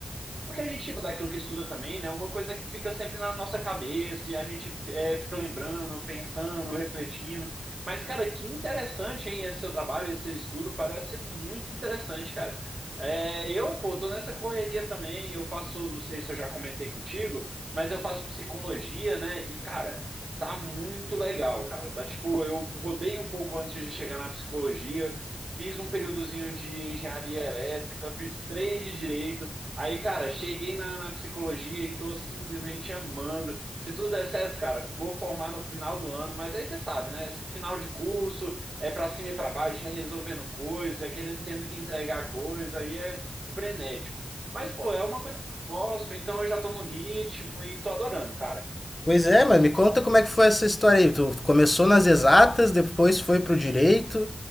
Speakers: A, on the right (about 70°); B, on the left (about 30°).
A: porque a gente daquilo que estuda também, né? é Uma coisa que fica sempre na nossa cabeça e a gente é, fica lembrando, pensando, refletindo. Mas, cara, que interessante, hein, esse seu trabalho, esse seu estudo, parece muito interessante, cara. É, eu, pô, tô nessa correria também, eu faço, não sei se eu já comentei contigo, mas eu faço psicologia, né? E, cara, tá muito legal, cara. Tá tipo, eu rodei um pouco antes de chegar na psicologia, fiz um períodozinho de engenharia elétrica, fiz três de direito, Aí, cara, cheguei na, na psicologia e tô simplesmente amando. Se tudo der certo, cara, vou formar no final do ano, mas aí você sabe, né? Esse final de curso é pra cima e pra baixo, é resolvendo coisa, é querendo tendo que entregar coisa, aí é frenético. Mas, pô, é uma coisa que eu gosto, então eu já tô no ritmo e tô adorando, cara.
B: Pois é, mas me conta como é que foi essa história aí. Tu tu começou nas exatas, depois foi pro direito